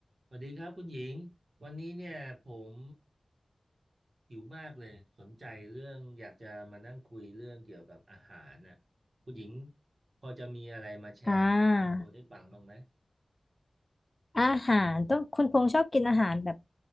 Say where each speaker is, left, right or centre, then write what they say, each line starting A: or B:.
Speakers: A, on the right; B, on the left.
A: สวัสดีครับคุณหญิงวันนี้เนี่ยผมหิวมากเลยสนใจเรื่องอยากจะมานั่งคุยเรื่องเกี่ยวกับอาหารน่ะคุณหญิงพอจะมีอะไรมาแชร์ข้อมูลให้ฟังบ้างไหม
B: อ่าอาหารต้องคุณพงษ์ชอบกินอาหารแบบ